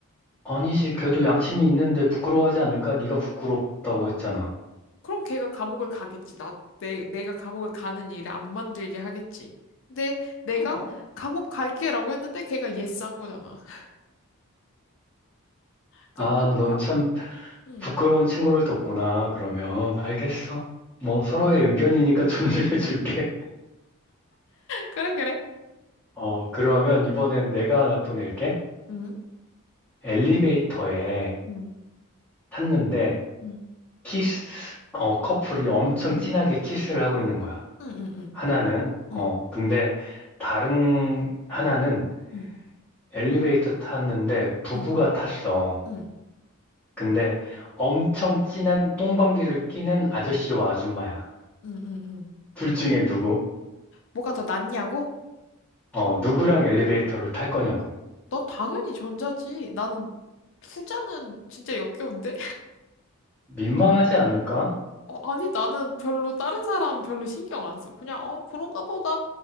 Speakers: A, in the centre; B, on the left.
A: 아니지, 걔도 양심이 있는데 부끄러워하지 않을까? 네가 부끄럽다고 했잖아.
B: 그럼 걔가 감옥을 가겠지. 나, 내, 내가 감옥을 가는 일을 안 만들게 하겠지. 근데 내가
A: 어,
B: 감옥 갈게라고 했는데 걔가 예스한 거잖아. <laughs> 그런
A: 아,
B: 거니까?
A: 넌참
B: 응.
A: 부끄러운 친구를 뒀구나. 그러면 알겠어. 뭐 서로의 의견이니까 <laughs> 존중해 줄게.
B: 그래, 그래.
A: 어, 그러면 이번엔 내가 하나 또 낼게.
B: 응,
A: 엘리베이터에
B: 응,
A: 탔는데
B: 응,
A: 키스 어, 커플이 엄청
B: 응,
A: 진하게 키스를 하고 있는 거야.
B: 응, 응, 응,
A: 하나는 어,
B: 응,
A: 근데 다른 하나는
B: 응,
A: 엘리베이터 탔는데 부부가
B: 응,
A: 탔어.
B: 응, 응,
A: 근데 엄청 진한 똥방귀를 끼는 아저씨와 아줌마야.
B: 응. 응, 응.
A: 둘 중에 누구?
B: 뭐가 더 낫냐고?
A: 어, 누구랑 엘리베이터를 탈 거냐고.
B: 너 당연히 전자지. 나는 후자는 진짜 역겨운데?
A: 민망하지 않을까?
B: 어, 아니, 나는 별로 다른 사람 별로 신경 안 써. 그냥, 어, 그런가 보다.